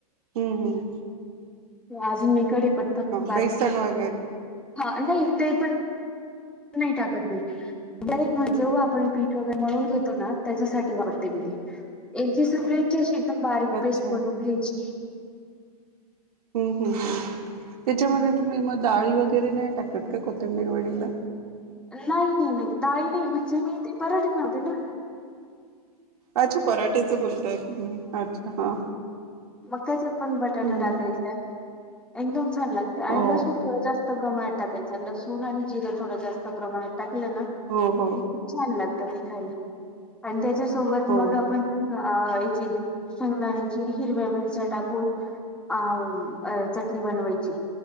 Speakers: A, on the right; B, in the centre.
A: हम् हम्
B: अजून मीकडे पत्ता प
A: बेसन वगैरे
B: हा नाही ते पण नाही टाकत मी रेक्ट म्ह जेव्हा आपण पीठ वगैरे मळून घेतो ना त्याच्यासाठी वापरते त ते यांची सगळ्यांची अशी एकदम बारीक
A: अच्छा
B: पेस्ट
A: हम्म
B: बनवून घ्यायची
A: हम्म हम् हम त्याच्यामध्ये तुम्ही मग डाळी वगैरे नाही टाकत का कोथंबीर वडीला
B: नाही नाही नाही दाई नाही म्हणजे मी ते पराटक मारते ना
A: अच्छा पराठेचं बोलताय तुम्ही अच्छा हा
B: मगक्याच्या पण बटाटा
A: हम्म
B: टाकायचाय एकदम छान लागत आणि
A: हो
B: लसूण थोडं जास्त जास्त प्रमाणे टाकायचं लसूण आणि जिरं थोडं जास्त प्रमाणेात टाकलं ना
A: हो हो
B: की खूप छान लागतखायला आणि त्याच्यासोबत
A: हो
B: मग पण याची संनाानीची हिरव्या मिरच्या टाकून अ चटणी बनवायची